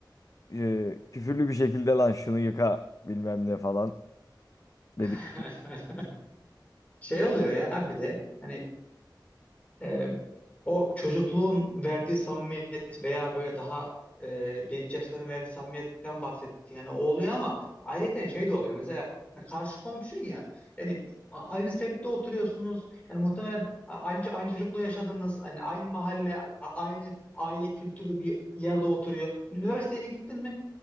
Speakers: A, on the left; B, on the left.
A: e, küfürlü bir şekilde lan şunu yıka bilmem ne falan dedik.
B: <laughs> Şey oluyor ya bir de hani e, o çocukluğun verdiği samimiyet veya böyle daha e, genç yaşların verdiği samimiyetten bahsettik. Yani o oluyor ama ayrıca şey de oluyor. Mesela hani karşı komşun ya. Yani a- aynı semtte oturuyorsunuz. Yani muhtemelen a- aynı aynı çocukluğu yaşadınız. Hani aynı mahalle, a- aynı aile kültürü bir yerde oturuyor. Üniversiteye gittin mi?